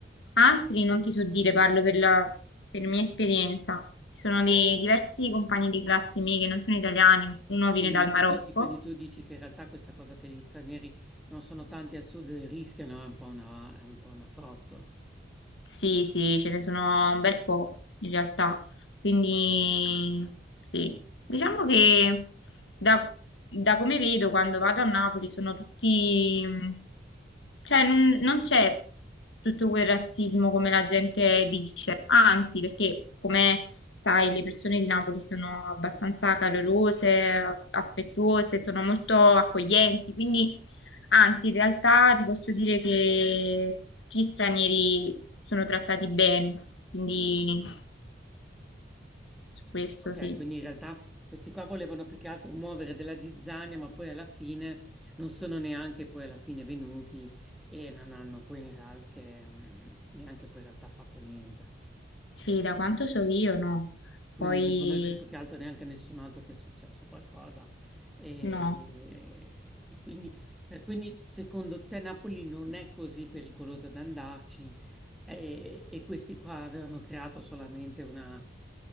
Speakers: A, on the left; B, in the centre.
A: altri non ti so dire, parlo per la, per mia esperienza, ci sono dei diversi compagni di classe miei che non sono italiani, uno viene
B: Quindi
A: dal
B: tu
A: Marocco
B: dici, quindi tu dici che in realtà questa cosa che gli stranieri non sono tanti al sud e rischiano è un po' una, è un po' una frottola.
A: Sì, sì, ce ne sono un bel po' in realtà. Quindi sì, diciamo che da, da come vedo quando vado a Napoli sono tutti, mm, cioè non, non c'è tutto quel razzismo come la gente dice, anzi, perché come sai, le persone di Napoli sono abbastanza calorose, affettuose, sono molto accoglienti, quindi Anzi, in realtà ti posso dire che tutti gli stranieri sono trattati bene, quindi su questo
B: Ok,
A: sì.
B: quindi in realtà questi qua volevano più che altro muovere della zizzania, ma poi alla fine non sono neanche poi alla fine venuti e non hanno poi in realtà che, mm, neanche poi in realtà fatto niente.
A: Sì, da quanto so io no.
B: Quindi
A: Poi
B: non conosci più che altro neanche nessun altro che è successo qualcosa. E,
A: no.
B: e quindi, per- quindi, secondo te Napoli non è così pericolosa da andarci e, e questi qua avevano creato solamente una,